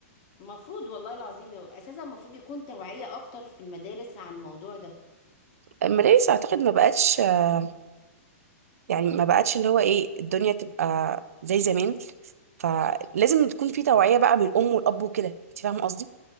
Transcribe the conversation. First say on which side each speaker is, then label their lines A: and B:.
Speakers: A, on the left; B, on the right.
A: المفروض والله العظيم يو- اساسا المفروض يكون توعية اكتر في المدارس عن الموضوع ده
B: المدارس اعتقد ما بقتش آه، يعني ما بقتش اللي هو ايه الدنيا تبقى زي زمان فلازم تكون في توعيه بقى من الام والاب وكده انت فاهمه قصدي